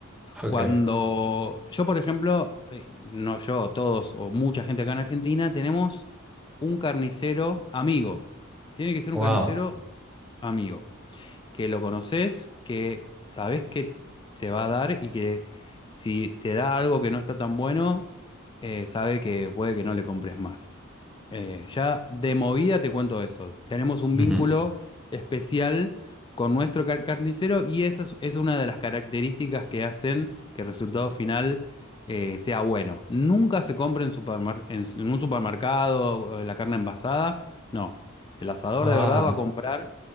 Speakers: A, in the centre; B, on the left.
A: Ok.
B: Cuando yo, por ejemplo, eh, no yo, todos o mucha gente acá en Argentina, tenemos un carnicero amigo. Tiene que ser
A: Wow.
B: un carnicero amigo que lo conoces, que sabes que te va a dar y que si te da algo que no está tan bueno, eh, sabe que puede que no le compres más. Eh, ya de movida te cuento eso. Tenemos un
A: Ujú.
B: vínculo especial con nuestro car- carnicero y esa es, es una de las características que hacen que el resultado final eh, sea bueno. Nunca se compra en, supermar- en, en un supermercado eh, la carne envasada, no. El asador
A: Ah,
B: de verdad va a comprar